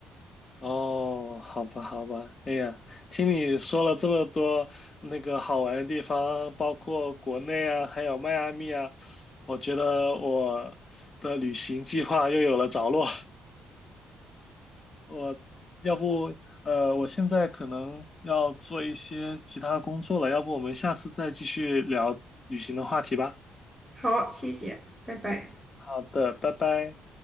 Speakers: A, on the left; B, in the centre.
A: 哦，好吧，好吧，哎呀，听你说了这么多那个好玩的地方，包括国内啊，还有迈阿密啊，我觉得我的旅行计划又有了着落。我要不，呃，我现在可能要做一些其他的工作了，要不我们下次再继续聊旅行的话题吧。
B: <laughs> 好，谢谢，拜拜。
A: 好的，拜拜。